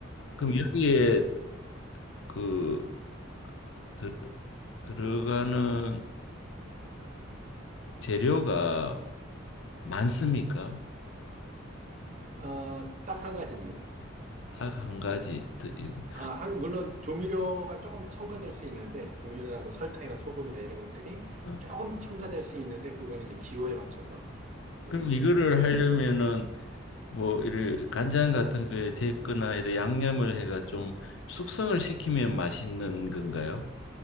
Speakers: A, on the right; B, on the left.
A: 네.
B: 그럼 여기에 그 들, 들어가는 재료가 많습니까?
A: 아, 딱 한 가지입니다.
B: 딱 한 가지. 더- 여기.
A: 아, 한- 물론 조미료가 조금 첨가될 수 있는데, 조미료나 뭐 설탕이나 소금이나 이런 것들이
B: 어.
A: 조금 첨가될 수 있는데, 그거는 이제 기호에 맞춰서 하는
B: 그럼
A: 거고요.
B: 이거를
A: 네.
B: 하려면은 뭐 이래 간장 같은 거에 제거나 이래 양념을 해가 좀 숙성을 시키면 맛있는 건가요?